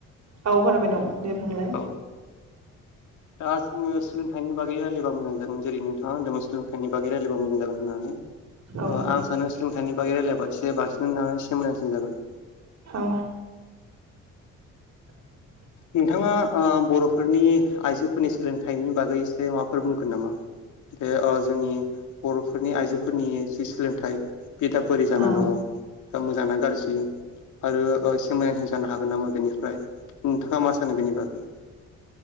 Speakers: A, on the right; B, on the left.
A: औ खोनाबाय दं दे बुंलाय
B: औ दा जोङो सोलोंथाइनि बागै रायलायबा मोजां जागोन जेरै नोंथांङा होनदोंमोन मानि बागै रायलायबा मोजां जागोन होननानै
A: औ
B: आं सानो सोलोंथाइ बागै रायलायबबा एसे बांसिन नाम मोजांसिन जागोन
A: औ <inaudible>
B: नोंथाङा बर'फोरनि आइजोफोरनि सोलोंथाइनि बागैसो माबाफोर बुंगोन नामा बे जोंनि बर'फोरनि आइजोफोरनि जि सोलोंथाइ बियोदा बोरै जानानानै
A: उम
B: दङ दा मोजांना गाज्रि आरो एसे मोजांसिन जानो हागोन नामा बेनिफ्राय नोंथाङा मा सानो बेनि बागै